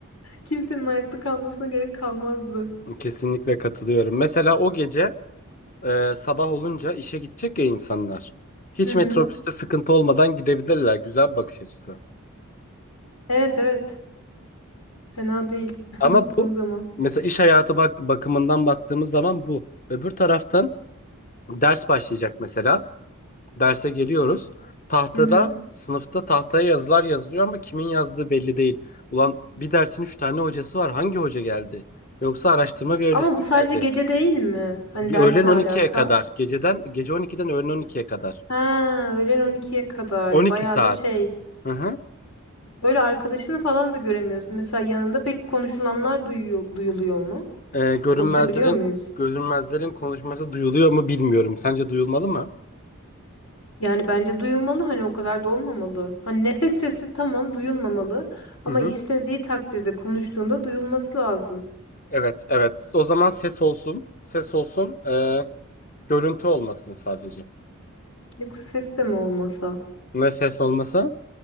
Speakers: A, on the left (about 75°); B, on the left (about 40°).
A: Kimsenin ayakta kalmasına gerek kalmazdı.
B: Kesinlikle katılıyorum. Mesela o gece e, sabah olunca işe gidecek ya insanlar. Hiç
A: Hı hı.
B: metrobüste sıkıntı olmadan gidebilirler. Güzel bir bakış açısı.
A: Evet evet fena değil <laughs>
B: Ama
A: baktığın
B: bu
A: zaman.
B: mesela iş hayatı bak bakımından baktığımız zaman bu. Öbür taraftan ders başlayacak mesela. Derse geliyoruz. Tahtada,
A: Hı hı.
B: sınıfta tahtaya yazılar yazılıyor ama kimin yazdığı belli değil. Ulan bir dersin üç tane hocası var. Hangi hoca geldi? Yoksa araştırma görevlisi
A: Ama bu
B: mi
A: sadece
B: geldi?
A: gece değil mi? Hani ders
B: Öğlen
A: ne
B: on
A: alaka?
B: ikiye kadar. Geceden, gece on iki'den öğlen on ikiye kadar.
A: Ha, öğlen on ikiye kadar.
B: on iki
A: Bayağı
B: saat.
A: da şey.
B: Hı hı.
A: Böyle arkadaşını falan da göremiyorsun. Mesela yanında peki konuşulanlar duyuyor, duyuluyor mu?
B: Ee, görünmezlerin,
A: Konuşabiliyor muyuz?
B: görünmezlerin konuşması duyuluyor mu bilmiyorum. Sence duyulmalı mı?
A: Yani bence duyulmalı hani o kadar da olmamalı. Hani nefes sesi tamam duyulmamalı
B: Hı
A: ama
B: hı.
A: istediği takdirde konuştuğunda duyulması lazım.
B: Evet, evet. O zaman ses olsun. Ses olsun. Ee, görüntü olmasın sadece.
A: Yoksa ses de mi olmasa?
B: Ne ses olmasa?